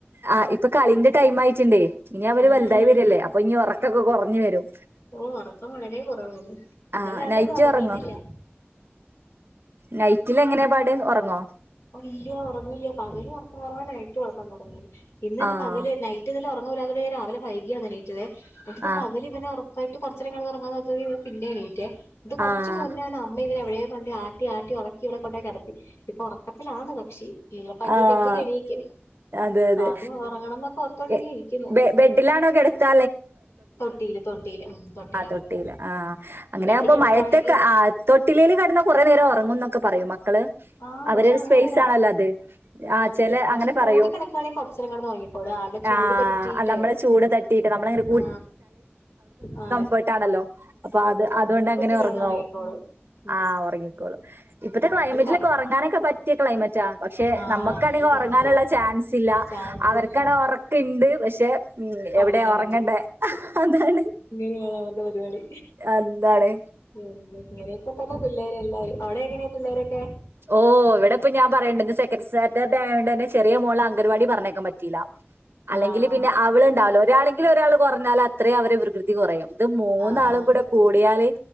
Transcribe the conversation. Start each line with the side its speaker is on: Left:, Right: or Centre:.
Right: ആ ഇപ്പൊ കളീന്റെ ടൈം ആയിട്ടുണ്ടേ ഇനി അവര്
Left: ഉം
Right: വലുതായി വരുവല്ലേ അപ്പൊ ഇനി ഇതൊക്കെ കുറഞ്ഞു വരും
Left: ഓ ഉറക്കം വളരേ കുറവാണ് ഇന്നലെ
Right: ആഹ്
Left: രാത്രൊന്നും
Right: നൈറ്റ്
Left: ഉറങ്ങീട്ടില്ല
Right: ഒറങ്ങോ നൈറ്റിൽ എങ്ങനെപാട് ഉറങ്ങോ
Left: ഇല്ല ഉറങ്ങില്ല പകലും ഉറക്കകുറവാണു വൈകിട്ടും ഉറകം കുറഞ്ഞേക്കുന്നു ഇന്ന്
Right: ആഹ്
Left: പകല് നൈറ്റ് നല്ല പറഞ്ഞ പോല രാവിലെ വൈകിയാണെനിറ്റത്
Right: ആഹ്
Left: പകല് ഇവനെ ഉറ വൈയിട് കുറച്ചുനേരം കിടന്നുറങ്ങമെന്നുവെച്ചാ ഇവൻ പിന്നെ എണീട്ടേ ഇത് കൊറച്ചു
Right: ആഹ്
Left: മുന്നേന്ന് അമ്മ ഇവെ എവിടെയ ണ്ട് ആട്ടി ആട്ടി ഉറക്കി ഇവിടെ കൊണ്ട കിടത്തി ഇപ്പൊ ഉറ കപ്പിലാന് കക്ഷി ഇ അഞ്ചു
Right: ആഹ്
Left: മിനിട്സ് കഴിയുമ്പോലേക്ക് എണീക്കും
Right: അതെ അതെ
Left: ആലും ഉറങ്ങണം എന്നൊക്കെഓർത്തുകൊണ്ട്
Right: എ-
Left: ഇരിക്കുന്നു
Right: ബെ ബെഡിലാണോ കിടത്താ
Left: തൊട്ടിയില് തൊട്ടിയില് തൊട്ടിയിലാ
Right: ആ തൊട്ടിൽ
Left: കിടത്തുക
Right: ആ അങ്ങനെയകുമ്പോ
Left: ബെഡി കിടക്കുവാണെങ്കി
Right: മയത്തൊക്കെ ആ തൊട്ടിലേയില് കിടന്ന കൊറെേ നേരം ഉറങ്ങുന്നൊക്കെ പറയും മക്കള്
Left: ആ
Right: അവരൊരു
Left: പക്ഷെ അങ്ങനെഒന്നുല്ല
Right: സ്പേസ് ആണല്ലോ അത്
Left: ആ
Right: ആഹ് ചെല
Left: പക്ഷെ
Right: അങ്ങനെ
Left: കൂടെ
Right: പറയും
Left: കിടക്കാണെങ്കിൽ കൊറച്ചനേരം കിടന്നുറങ്ങിക്കോളും ആന്റെ ചൂട്
Right: ആഹ്
Left: പറ്റീട്ട്
Right: അല്ല നമ്മളെ ചൂട് തട്ടിയിട്ട് നമ്മളങ്ങനെ
Left: ആ ആ
Right: ണല്ലോ അ അതുകൊണ്ടാങ്ങനെ
Left: കിടന്നുറങ്ങിക്കോളും
Right: ഉറങ്ങും
Left: ഉം
Right: അ ഉറങ്ങി ക്കോളുംഇപ്പോത്തെ
Left: അതുകൊണ്ട്
Right: ക്ലൈമറ്റ്
Left: ത
Right: ഉറങ്ങാനൊക്കെ പറ്റിയ ക്ലൈമറ്റാ പക്ഷെ
Left: ആഹ്
Right: നമ്മുക്കാണെങ്കിൽ
Left: നല്ല തണുപ്പ്
Right: ഉറങ്ങാനുള്ള ചാൻസ് ഇല്ല
Left: ചാൻസ്
Right: അവർക്ക
Left: ഇല്ല
Right: ഉറക്ക ഉണ്ട് പ പക്ഷേ ഉ
Left: ഉറങ്ങാനും
Right: എവിടെയാ ഉറങ്ങണ്ടേ അതാണ്
Left: ഇതാണ് അവന്റെ പരിപാടി
Right: എന്താണ്
Left: എന്ത് ഇങ്ങനെയൊക്കെ തന്നെ പിളേരായാൽ അവിടെ എങ്ങനെയാ പിള്ളേരൊക്കെ
Right: ഓ ഇവിടെ ഇപ്പൊ ഞാൻ പറയേണ ചില ഇന്ന് സെക്കൻഡ് സിസ്റ്റർഡേ ആയതുകൊണ്ട് തന്നെ ചെറിയ മോളെ അംഗൻവാടിയിലേക്ക് പറഞ്ഞേക്കാൻ പറ്റിയില്ല അല്ലെങ്കിൽ
Left: ആഹ്
Right: പിന്നെ അവള് ഉണ്ടാവല്ലോ ഒരാളെങ്കിലും ഒരാൾ കുറഞ്ഞാൽ അത്രയും അവരുടെ വികൃതി കുറയും ഇത് മൂന്നാളും
Left: ആഹ്
Right: കൂടെ കൂടിയാൽ